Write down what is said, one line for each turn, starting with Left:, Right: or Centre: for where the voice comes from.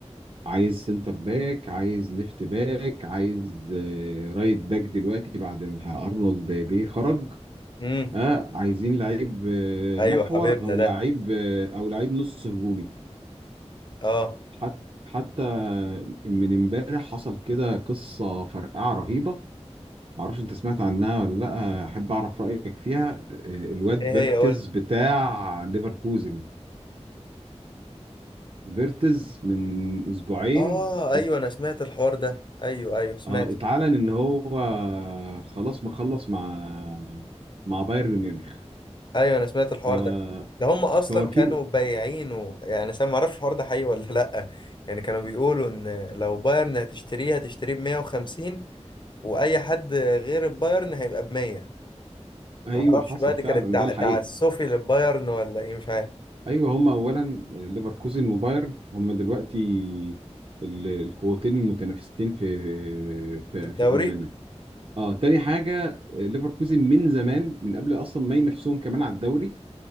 Right: عايز سنتر باك عايز ليفت باك عايز آه، رايت باك دلوقتي بعد ما ارنولد بيه خرج
Left: امم
Right: اه عايزين لعيب آه،
Left: ايوه
Right: محور
Left: حبيبنا
Right: او
Left: ده
Right: لعيب آه، او لعيب نص هجومي
Left: اه
Right: حت- حتى من امبارح حصل كده قصه فرقعه رهيبه معرفش انت سمعت عنها ولا لا احب اعرف رايك فيها آه، الواد
Left: ايه
Right: فيرتز
Left: هي قول لي.
Right: بتاع ليفركوزن فيرتز من اسبوعين
Left: اه ايوه
Right: ات-
Left: انا سمعت الحوار ده ايوه ايوه سمعت
Right: اه اتعلن ان هو خلاص مخلص مع مع بايرن ميونخ
Left: ايوه انا سمعت الحوار
Right: ف
Left: ده ده هم اصلا
Right: فوكيل
Left: كانوا بايعينه يعني انا ما اعرفش الحوار ده حقيقي ولا لا يعني كانوا بيقولوا ان لو بايرن هتشتريه هتشتريه ب 150 واي حد غير البايرن هيبقى ب 100
Right: ايوه
Left: ما اعرفش
Right: حصل
Left: بقى دي
Right: فعلا
Left: كانت تع-
Right: ده الحقيقه
Left: تعسفي للبايرن ولا ايه مش عارف
Right: ايوه هما اولا آه، ليفركوزن وبايرن هما دلوقتي ال- القوتين المتنافستين في في
Left: الدوري
Right: في المانيا اه تاني حاجة آه، ليفركوزن من زمان من قبل اصلا ما ينافسوهم كمان على الدوري